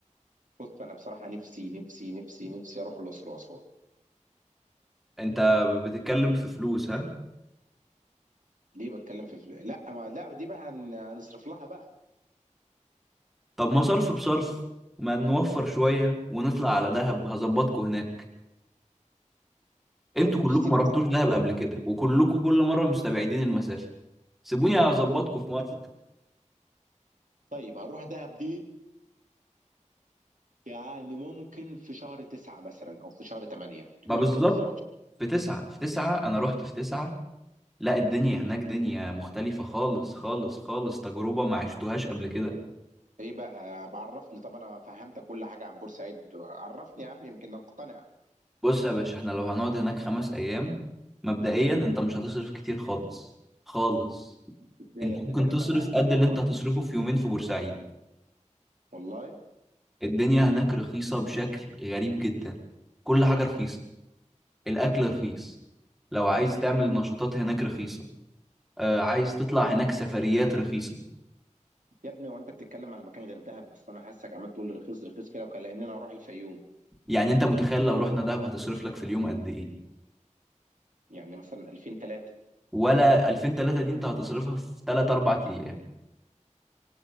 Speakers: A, on the right; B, in the centre.
A: بص انا بصراحه نفسي نفسي نفسي نفسي اروح الاقصر واسوان
B: انت بتتكلم في فلوس ها
A: ليه بتكلم في فلوس لا ما لا دي بقى هن- هنصرف لها بقى
B: طب ما صرف بصرف ما نوفر شوية ونطلع على دهب هظبطكم هناك انتوا
A: طب مش
B: كلكم
A: سيب
B: ما رحتوش
A: دهب
B: دهب
A: دي
B: قبل كده وكلكم كل مرة مستبعدين المسافة سيبوني هظبطكم في مرة
A: طيب هنروح دهب دي يعني ممكن في شهر تسعة مثلا او في شهر تمانية تكون
B: ما بالظبط
A: الجو ظبط
B: في تسعة في تسعة انا رحت في تسعة لا الدنيا هناك دنيا مختلفة خالص خالص خالص تجربة ما عشتوهاش قبل كده
A: ايه بقى بعرفني طب انا فهمتك كل حاجه عن بورسعيد عرفني يا عم يمكن اقتنع
B: بص يا باشا احنا لو هنقعد هناك خمس ايام مبدئيا انت مش هتصرف كتير خالص خالص
A: ازاي
B: انت
A: يا ابني
B: ممكن
A: ده انا
B: تصرف
A: سامع ان
B: قد
A: الموضوع
B: اللي انت هتصرفه في يومين في بورسعيد
A: والله
B: الدنيا هناك رخيصة بشكل غريب جدا كل حاجة رخيصة الأكل رخيص لو عايز تعمل نشاطات هناك رخيصة آه عايز تطلع هناك سفريات رخيصة
A: يا ابني وانت بتتكلم على مكان غير دهب بس انا حاسسك عمال تقول لي رخيص رخيص كده وكأننا اروح الفيوم
B: يعني انت متخيل لو رحنا دهب هتصرف لك في اليوم قد ايه
A: يعني مثلا 2000 3
B: ولا 2000 3 دي انت هتصرفها في 3 4 ايام